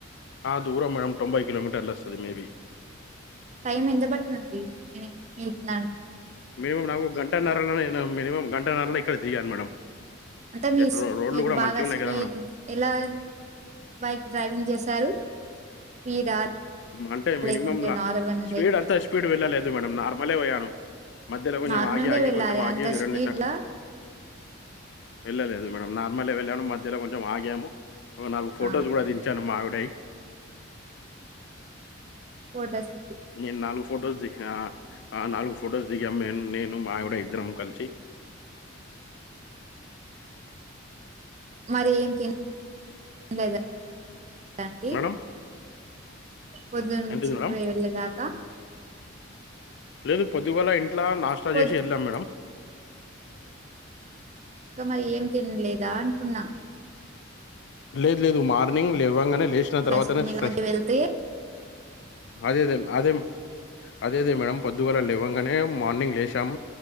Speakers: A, on the left; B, on the right.
A: ఆ దూరం మేడం తొంభై కిలోమీటర్ల వస్తది మేబి
B: టైం ఎంత పడుతుందండి ఇటునుండి
A: మినిమం నాకు గంటన్నరలో మినిమం గంటన్నరలో ఇక్కడ దిగాను మేడం
B: అంటే మీ
A: ఇటు రో- రోడ్లు
B: మీకు
A: కూడా
B: బాగా
A: మంచిగా ఉన్నాయి
B: స్పీడ్
A: కదా మేడం
B: ఎలా బైక్ డ్రైవింగ్ చేశారు, స్పీడా
A: అంటే మినిమంలా
B: లేకుంటే నార్మల్
A: స్పీడ్ అంతా స్పీడ్ వెళ్ళలేదు మేడం నార్మలే పోయాను, మధ్యలో కొంచెం
B: నార్మల్గా
A: ఆగి ఆగి
B: వెళ్ళాలి
A: కొంచం ఆగి
B: అంత స్పీడ్
A: రెండు చష
B: లా
A: వెళ్ళలేదు మేడం నార్మల్ వెళ్ళాను మధ్యలో కొంచెం ఆగాము ఒక నాలుగు ఫొటోస్
B: ఆ
A: కూడా దించాను మావి డై
B: ఫొటోస్
A: నేను నాలుగు ఫోటోస్ ది ఆ ఆ నాలుగు ఫొటోస్ దిగాం మే నేను మాఆవిడా ఇద్దరం కలిసి,
B: <unintelligible> మరి ఏం తినలేదాండి,
A: మేడం
B: పొద్దు నుంచి
A: ఏంటిది మేడం
B: పోయి వెళ్ళదాకా,
A: లేదు పొద్దుగోల ఇంట్లా నాష్టా
B: పొద్దు
A: చేసి వెళ్ళాము మేడం
B: ఇక మరి ఏం తినలేదా అంటున్నా
A: లేదు లేదు మార్నింగ్ లే ఇవ్వంగానే లేచిన తర్వాతనే
B: ఐస్ క్రీమ్ ఇలా
A: ఫ్రెష్
B: కొంచెం వెళ్తే
A: అదేదే అదే అదే అదే మేడం పొద్దువాేల లేవ్వగానే మార్నింగ్ లేసాం